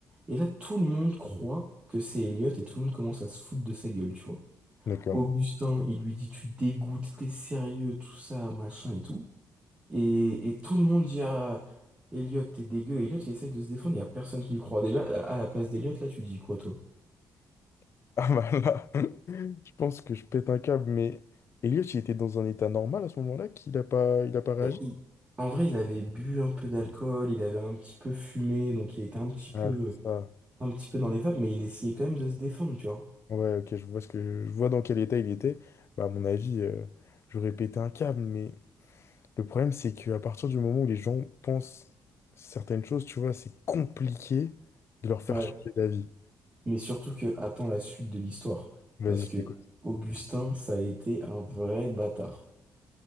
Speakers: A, on the right; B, on the left.
A: Et là, tout le monde croit que c'est Elliot, et tout le monde commence à se foutre de sa gueule, tu vois.
B: D'accord.
A: Augustin, il lui dit, tu dégoûtes, t'es sérieux, tout ça, machin et tout. Et, et tout le monde dit à Elliot, t'es dégueu. Elliot, il essaye de se défendre, il y a personne qui le croit. Déjà, à à la place d'Elliot, là, tu dis quoi, toi?
B: <laughs> Ah bah là, <laughs> je pense que je pète un câble, mais Elliot, il était dans un état normal à ce moment-là, qu'il a pas, il a pas réagi?
A: Ben, il- En vrai, il avait bu un peu d'alcool, il avait un petit peu fumé, donc il était un petit peu,
B: Ah, c'est ça.
A: un petit peu dans les vapes, mais il essayait quand même de se défendre, tu vois.
B: Ouais, ok, je vois ce que, je vois dans quel état il était. Bah, à mon avis, euh, j'aurais pété un câble, mais le problème, c'est qu'à partir du moment où les gens pensent certaines choses, tu vois, c'est compliqué de leur faire
A: Ouais.
B: changer d'avis.
A: Mais surtout que, attends la suite de l'histoire.
B: Vas-y,
A: Parce que
B: je t'écoute.
A: Augustin, ça a été un vrai bâtard.